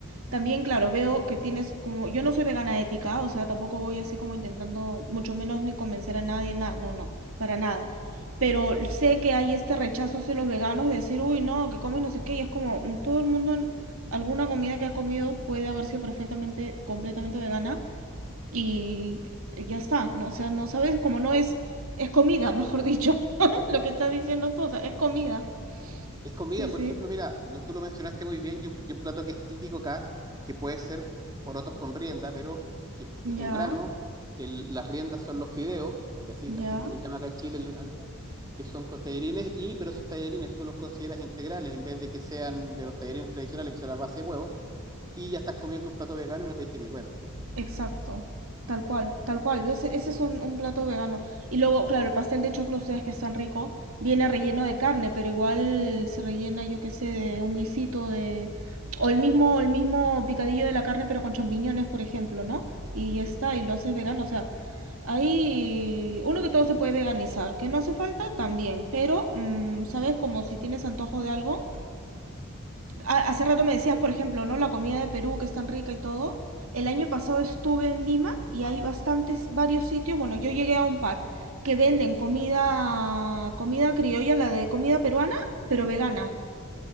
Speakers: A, on the right; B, on the right.
A: También, claro, veo que tienes como, yo no soy vegana ética, o sea, tampoco voy así como intentando, mucho menos ni convencer a nadie, nada, no, no, para nada. Pero sé que hay este rechazo hacia los veganos de decir, uy, no, que comen no sé qué, y es como, mm, todo el mundo, alguna comida que ha comido puede haber sido perfectamente, completamente vegana, y ya está, ¿no? O sea, no sabes, como no es, es comida, mejor dicho, <laughs> lo que estás diciendo tú, o sea, es comida.
B: Es comida,
A: Sí,
B: por
A: sí,
B: ejemplo, mira, lo- tú lo mencionaste muy bien y un, y un plato que es típico acá, que puede ser porotos con rienda, pero que es,
A: ya,
B: es un grano. el- las riendas son los fideos, que así,
A: ya.
B: así se le llama acá en Chile, el- al- que son con tallarines, y, pero esos tallarines tú los consideras integrales en vez de que sean de los tallarines tradicionales, que son a base de huevo, y ya estás comiendo un plato vegano y no te diste ni cuenta.
A: Exacto. Tal cual, tal cual. Ese, ese es un, un plato vegano. Y luego, claro, el pastel de choclo, ustedes que están rico, viene relleno de carne, pero igual se rellena, yo qué sé, de un guisito de... O el mismo, el mismo picadillo de la carne, pero con champiñones, por ejemplo, ¿no? Y ya está, y lo haces vegano. O sea, ahí uno que todo se puede veganizar, que no hace falta también, pero, mm, ¿sabes? Como si tienes antojo de algo, hace rato me decías, por ejemplo, ¿no? La comida de Perú que es tan rica y todo. El año pasado estuve en Lima y hay bastantes, varios sitios, bueno, yo llegué a un par que venden comida, comida criolla, la de comida peruana, pero vegana.